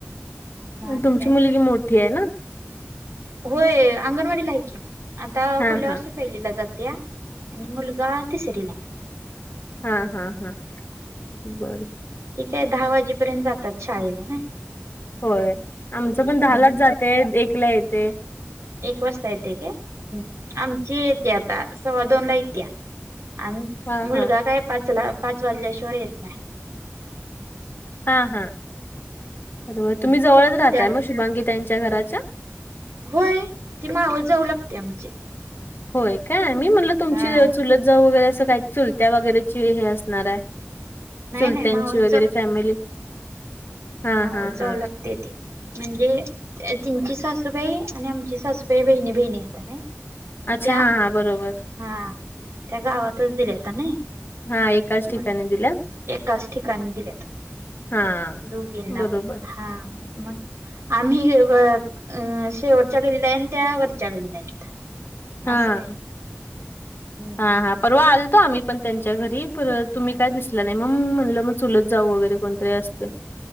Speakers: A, on the right (about 80°); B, on the left (about 50°).
A: मग आणि
B: तुमची
A: काय
B: मुलगी मोठी आहे ना?
A: होय अंगणवाडीला आहे की, आता
B: हा
A: पुढल्या
B: हा
A: वर्ष. पहिलीला जातीया आणि मुलगा तिसरीला.
B: हा हा हा. बर.
A: ईथे आहे दहा वाजेपर्यंत जातात शाळेला ना.
B: होय आमचं पण
A: हम्म
B: दहालाच जातेय, एकला येते.
A: एक वाजता येते काय? आमची येते आता सव्वा दोनला येती या. आणि
B: हा
A: मुलगा
B: हा
A: काय पाचला पाच वाजल्याशिवाय येत नाही.
B: हा हा. म
A: हम्म.
B: तुम्ही जवळच राहताय
A: त्या
B: मग शुभांगी ताईंच्या घराच्या?
A: होय ती मावस जाऊ लागते आमची.
B: होय काय? मी म्हणलं तुमची
A: हा
B: चुलत जाऊ वगैरे असं काय चुलत्या वगैरेची हे अस- णारे.
A: नाही
B: चुलत्यांची
A: नाही माऊस
B: वगैरे फॅमिली. हा
A: मावस
B: हा
A: जाऊ
B: हा
A: लागते ती. म्हणजे त्यांची सासूबाई आणि आमची सासूबाई बहिणी बहिणी येता ना. म
B: अच्छा
A: त्या.
B: हा हा बरोबर
A: हा. त्या गावातच दिल्यात ना,
B: हा एकाच ठिकाणी
A: मग
B: दिल्या
A: एकाच ठिकाणी दिल्यात.
B: हा.
A: दोघींना
B: बरोबर
A: पण. हा मग. आम्ही हे बघ शेवटच्या गल्लीला आहे आणी त्या वरच्या गल्लीला आहेत.
B: ह.
A: असं आहे हम्
B: हा हा. परवा आलतो आम्ही पण त्यांच्या घरी पर तुम्ही काय दिसला नाही म्हणून मी म्हणलं मग चुलत जाऊ वगैरे कोणतरी असल-